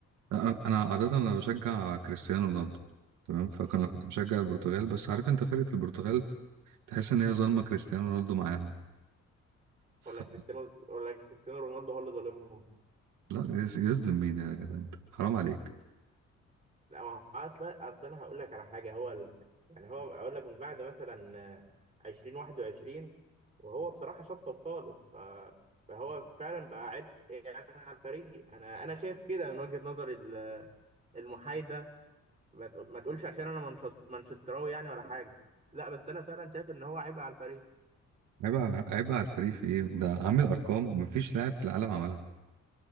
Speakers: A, on the right; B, on the right.
A: لا، انا أنا عاده انا بشجع كريستيانو رونالدو تمام فانا
B: مم.
A: كنت بشجع البرتغال بس عارف انت فرقه البرتغال تحس ان هي ظالمه كريستيانو رونالدو معاها ف
B: ولا كريستيانو ولا كريستيانو رونالدو هو اللي ظالمهم؟
A: لا يز- يظلم مين يا جدع انت حرام عليك
B: لا ما هو اصلا اصلا انا هقول لك على حاجه هو ال... يعني هو اقول لك من بعد مثلا 2021 وهو بصراحه شطب خالص ف... فهو فعلا بقى عبء يعني على الفريق انا انا شايف كده من وجهه نظري ال- المحايده ما تقول- ما تقولش عشان انا منشست... مانشستراوي يعني ولا حاجه لا بس انا فعلا شايف ان هو عبء على الفريق
A: عيب ع- عيب على الفريق في ايه ده عامل ارقام مفيش لاعب في العالم عملها